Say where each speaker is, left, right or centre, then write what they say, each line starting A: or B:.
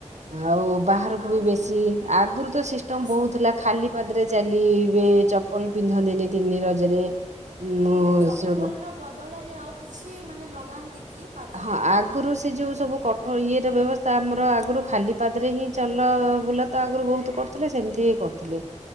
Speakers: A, on the right; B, on the right.
A: ଆଉ ବାହାରକୁ
B: ଆଉ
A: ବି ବେଶି ଆଗୁରୁ ତ ସିଷ୍ଟମ
B: ଆସନ୍ତିନି
A: ବୋହୁତ ଥିଲା। ଖାଲି ପାଦରେ ଚାଲିବେ ଚପଲ ପିନ୍ଧନ୍ତିନି ତିନି ରଜରେ। ଉଁ
B: ମାନେ ଚପଲର
A: ସେଉଠୁ
B: ବଦଳରେ ଆଉ କିଛି ମାନେ ଲଗାନ୍ତି କି? ପାଦରେ?
A: ହଁ ଆଗ ଆଗରୁ ସେ ଯୋଉ ସବୁ କଠୋର ଇଏର ବ୍ୟବସ୍ଥା ଆମର ଆଗରୁ ଖାଲି ପାଦରେ ହିଁ ଚାଲ ବୁଲା ତ ଆଗରୁ ବୋହୁତକରୁଥିଲେ। ଥିଲେ ସେମିତି କରୁଥିଲେ